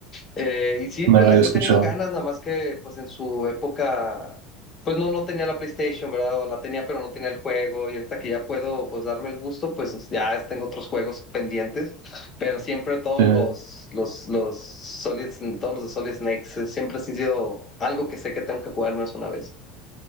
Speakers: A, on the left (about 30°); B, on the right (about 85°).
A: Eh, y siempre
B: lo había
A: les
B: escuchado.
A: he tenido ganas, nada más que pues en su época, pues no, no tenía la PlayStation, ¿verdad? O la tenía, pero no tenía el juego. Y ahorita que ya puedo pues darme el gusto, pues ya tengo otros juegos pendientes. Pero siempre todos
B: Sí.
A: los, los, los Solid, todos los de Solid Snakes, eh, siempre han sido algo que sé que tengo que jugar más una vez.